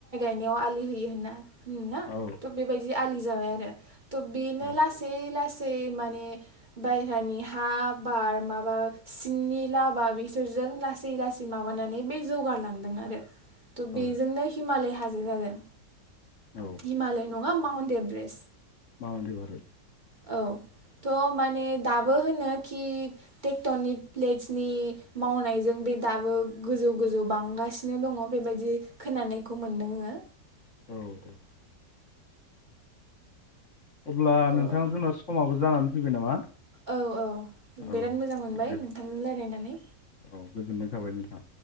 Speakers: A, on the right; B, on the left.
A: नायाव आलि होयो होनना। हम ना
B: औ
A: त' बेबायदि आलि जाबाय आरो। त' बेनो
B: औ
A: लासेै लासै सै माने बायहेरानि हा बार माबा सिंनि लाबा बिसोरजों लासै लासै माबानानै बे जौगारला थांदों आरो। त' बेजोंनो
B: औ
A: हिमालय हाजो जादों।
B: औ
A: हिमालय नङा मा अन देब्रेस।
B: माबादि बारो?
A: औ थ' माने दाबो होनो कि टेक्टनिक प्लेटसनि मावनायजों बे दाबो गोजौ गोजौ बांगासिनो दङ बेबायदि खोनानायखौ मोनदोंङो।
B: औ औ। अब्ला
A: थ'
B: नोंथां जोंना समाबो जानानै फैबाय नामा?
A: औ औ
B: औ
A: बेराद मोजां मोनबाय
B: दे
A: नोंथांजों लायरायनानै।
B: औ गोजोननाय थाबाय नोंथां।